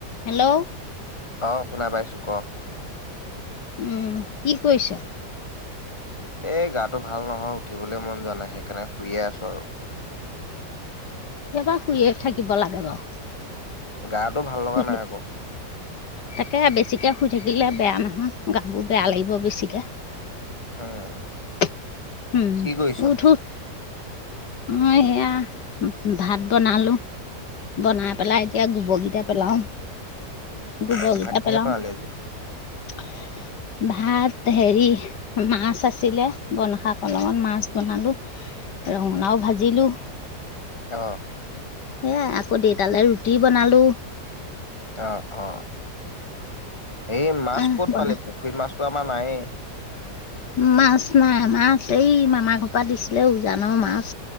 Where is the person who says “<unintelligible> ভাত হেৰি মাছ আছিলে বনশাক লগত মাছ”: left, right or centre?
Left